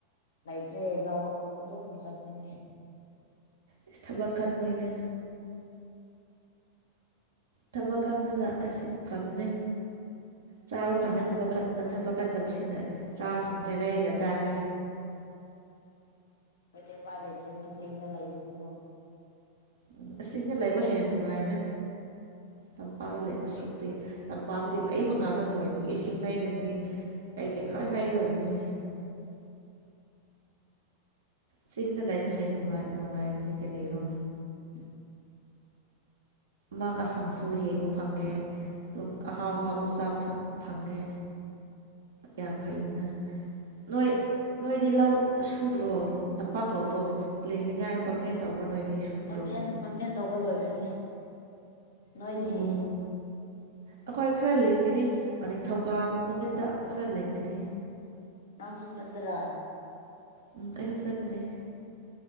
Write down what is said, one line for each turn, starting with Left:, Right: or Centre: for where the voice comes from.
Left: ꯂꯩꯇ꯭ꯔꯦ ꯂꯥꯎ ꯑꯗꯨꯝ ꯆꯠꯈꯔꯦꯅꯦ <inaudible>
Right: ꯏꯁ ꯊꯕꯛ ꯀꯟꯕꯩꯅꯦ ꯊꯕꯛ ꯀꯝꯕꯅ ꯑꯁꯤ ꯐꯕꯅꯦ ꯆꯥꯕ ꯐꯪꯉꯦ
Left: ꯍꯣꯏ
Right: ꯊꯕꯛ ꯀꯟꯕ ꯅ ꯊꯕꯛꯀꯟꯗꯕꯁꯤꯡꯅ ꯆꯥꯕ ꯐꯪꯗ꯭ꯔꯦ ꯂꯩꯔꯒ ꯆꯥꯔꯦ
Left: ꯑꯩꯗꯤ ꯎꯄꯥꯏ ꯂꯩꯇ꯭ꯔꯦꯅꯦ ꯆꯤꯡꯗ ꯂꯩꯕꯒꯤꯀꯣ
Right: ꯎꯝ ꯏꯁꯤꯡꯅ ꯂꯩꯕ ꯍꯦꯟꯅ ꯅꯨꯡꯉꯥꯏꯗ ꯇꯝꯄꯥꯛꯇ ꯂꯩꯕ ꯁꯔꯨꯛꯇꯤ ꯇꯝꯄꯥꯛꯇꯤ ꯂꯩꯕ ꯉꯥꯛꯇ ꯑꯣꯏꯕꯒꯤ ꯏꯁꯤꯡ ꯂꯩꯔꯅꯤ ꯀꯩꯀꯩ ꯂꯣꯏ ꯂꯩꯗꯨꯝꯅꯤ ꯆꯤꯡꯗ ꯂꯩꯕꯅ ꯍꯦꯟꯅ ꯅꯨꯡꯉꯥꯏ ꯅꯨꯡꯉꯥꯏꯒꯅꯤ ꯀꯔꯤꯔꯣ
Left: <unintelligible>
Right: ꯃꯥ ꯑꯁꯪꯁꯨ ꯍꯦꯡꯕ ꯐꯪꯉꯦ ꯑꯗꯨꯝ ꯑꯍꯥꯎ ꯑꯍꯥꯎꯕꯁꯨ ꯆꯥꯕ ꯁꯪ ꯐꯪꯉꯦ ꯌꯥꯝ ꯐꯩꯌꯦꯅ ꯅꯣꯏ ꯅꯣꯏꯗꯤ ꯂꯧ ꯁꯨꯗ꯭ꯔꯣ ꯇꯝꯄꯥꯛ ꯂꯧꯗꯣ ꯂꯤꯡꯅꯤꯡꯉꯥꯏꯔꯣ ꯄꯝꯐꯦꯟ ꯇꯧꯕ꯭ꯔꯥ ꯅꯣꯏꯗꯤ ꯁꯨꯕ꯭ꯔꯣ
Left: ꯄꯝꯐꯦꯟ ꯄꯝꯐꯦꯟ ꯇꯧꯕ ꯂꯣꯏꯈ꯭ꯔꯦꯅꯦ ꯅꯣꯏꯗꯤ
Right: ꯑꯣ ꯑꯩꯈꯣꯏ ꯈꯔ ꯂꯤꯡꯒꯅꯤ ꯅꯤꯡꯊꯧꯀꯥ ꯅꯨꯃꯤꯠꯇ ꯈꯔ ꯂꯤꯡꯒꯅꯤ
Left: ꯅꯪꯁꯨ ꯆꯠꯂꯗꯔ
Right: ꯎꯝ ꯑꯩ ꯁꯩ ꯆꯠꯀꯅꯤ